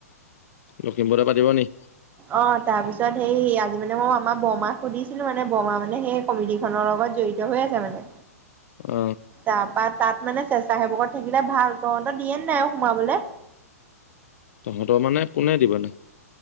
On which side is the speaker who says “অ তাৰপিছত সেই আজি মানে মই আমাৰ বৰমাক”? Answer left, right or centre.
Right